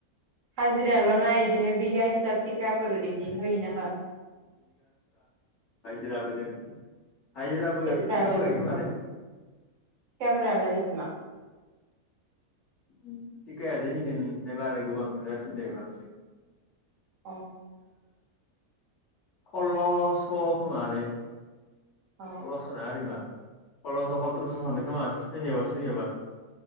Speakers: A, on the right (about 60°); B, on the left (about 55°).
A: हाज्रिल' ना बिदिनो बिगा हिसाब थिखाफोर बिदि हो नामा?
B: हाजिरा बोदों हायजिराब
A: थिखाफोरालाय
B: गाय थिख आबो गायो
A: बेसेबां
B: खोमालै
A: थिखाफोरालाय बेसेबां
B: उम थिखाया जोंनिखि एबाराय गोबां नु जासिनो दे बांसिन
A: अ
B: ओ सल्ल'स' खोमालै
A: अ
B: आल'सना आरिमा सलस सथ्र'स' थांङोखोमा सोरनियाबा सोरनियाबा